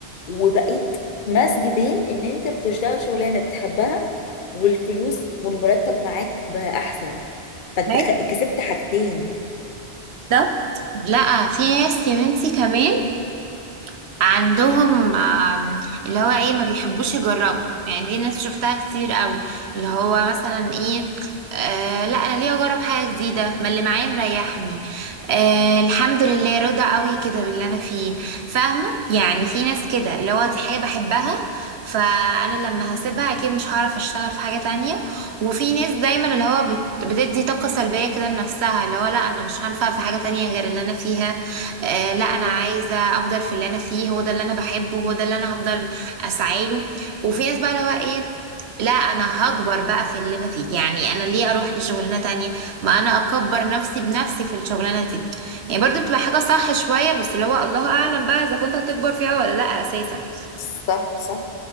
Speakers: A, on the left; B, on the right.
A: وبقيت مزج بين ان انت بتشتغل شغلانه بتحبها والفلوس والمرتب معاك بقى احسن فانت
B: ده
A: خ- كسبت حاجتين
B: ده لا في ناس يا بنتي كمان عندهم آم، اللي هو ايه ما بيحبوش يجربوا يعني دي ناس شفتها كتير قوي اللي هو مثلا ايه آه لا انا ليه اجرب حاجه جديده ما اللي معايا مريحني آه الحمد لله راضي قوي كده باللي انا فيه فاهمه يعني في ناس كده اللي هو دي حاجه بحبها فانا لما هسيبها اكيد مش هعرف اشتغل في حاجه تانية وفي ناس دايما اللي هو بت- بتدي طاقه سلبيه كده لنفسها اللي هو لا انا مش هنفع في حاجه تانية غير اللي انا فيها آه لا انا
A: مم.
B: عايزه افضل في اللي انا فيه هو ده اللي انا بحبه هو ده اللي انا هفضل اسعى له وفي ناس بقى اللي هو ايه لا انا هكبر بقى في اللي انا فيه يعني انا ليه اروح لشغلانه تانية ما انا اكبر نفسي بنفسي في الشغلانه دي يعني برضو بتبقى حاجه صح شويه بس اللي هو الله اعلم بقى اذا كنت هتكبر فيها ولا لا اساسا
A: صح صح